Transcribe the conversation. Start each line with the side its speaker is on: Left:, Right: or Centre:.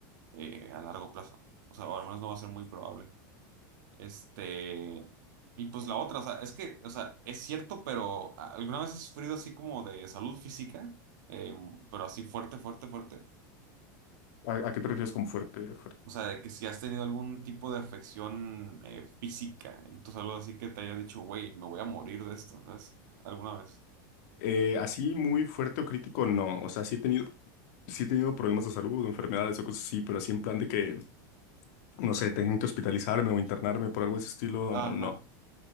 Right: eh, a largo plazo. O sea, o al menos no va a ser muy probable. Este, y pues la otra, o sea, es que, o sea, es cierto, pero ¿a- ¿alguna vez has sufrido así como de salud física? Eh, pero así fuerte, fuerte, fuerte.
Left: ¿A, a qué te refieres con fuerte, fuerte?
Right: O sea, de que si has tenido algún tipo de afección eh, física en tu salud, así que te haya dicho, güey, me voy a morir de esto, ¿sabes? ¿Alguna vez?
Left: Eh, así muy fuerte o crítico, no, o sea, sí he tenido, sí he tenido problemas de salud o enfermedades o cosas así, pero así en plan de que, no sé, tengo que hospitalizarme o internarme por algo de ese estilo,
Right: ajá
Left: no.